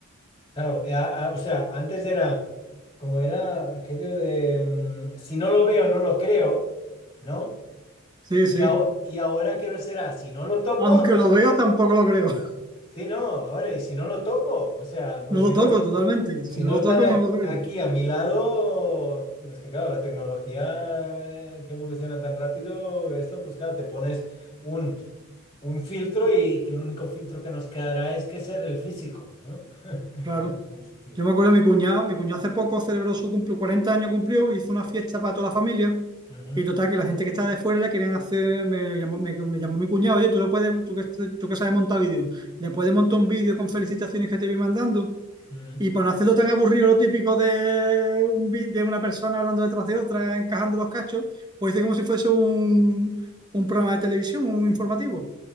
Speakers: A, on the left; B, on the right.
A: Claro, eh, a- a- o sea, antes era como era aquello de mm, si no lo veo, no lo creo, ¿no?
B: Sí,
A: Y,
B: sí.
A: aho- y ahora quiero ser a si no lo toco,
B: Aunque
A: <laughs>
B: lo veo, tampoco lo creo. <laughs>
A: sí, no, ahora, y si no lo toco, o sea, pues
B: No lo
A: si no,
B: toco
A: est-
B: totalmente. Si
A: si
B: no
A: no
B: lo
A: están
B: toco,
A: ac-
B: no lo creo.
A: aquí a mi lado, es que claro, la tecnología eh, que evoluciona tan rápido, esto, pues claro, te pones un, un filtro y que el único filtro que nos quedará es que ser el físico, ¿no? <laughs>
B: Claro.
A: Este,
B: Yo me acuerdo de mi cuñado, mi cuñado hace poco celebró su cumple, 40 años cumplió, hizo una fiesta para toda la familia
A: ujú,
B: y total que la gente que estaba de fuera le querían hacer, me llamó, me, me llamó mi cuñado, oye, tú le puedes, tú que, tú que sabes montar vídeo, le puedes montar un vídeo con felicitaciones que te vi mandando
A: mm.
B: y para no hacerlo tan aburrido lo típico de, un, vi- de una persona hablando detrás de otra, encajando los cachos, pues hice como si fuese un, un programa de televisión, un informativo